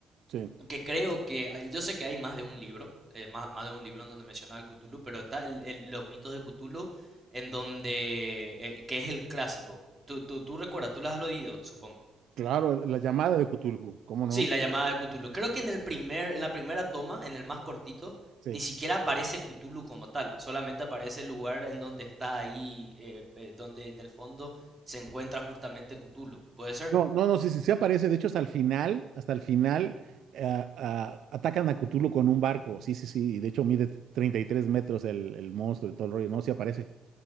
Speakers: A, on the right; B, on the right.
A: sí.
B: que creo que, yo sé que hay más de un libro, eh, más, más de un libro en donde menciona al Cthulhu, pero está el, el- Los mitos de Cthulhu, en donde, eh, que es el clásico. Tú, tú, tú recuerdas, tú las has oído, supongo.
A: Claro, la llamada de Cthulhu, ¿cómo
B: Sí,
A: no?
B: la llamada de Cthulhu. Creo que en el primer, en la primera toma, en el más cortito,
A: Sí.
B: ni siquiera aparece Cthulhu como tal. Solamente aparece el lugar en donde está ahí, eh, eh, donde en el fondo se encuentra justamente Cthulhu. ¿Puede ser?
A: No, no, no, sí, sí, sí aparece. De hecho, hasta el final, hasta el final, ah, ah, atacan a Cthulhu con un barco. Sí, sí, sí. Y de hecho, mide 33 metros el, el monstruo y todo el rollo. No, sí aparece.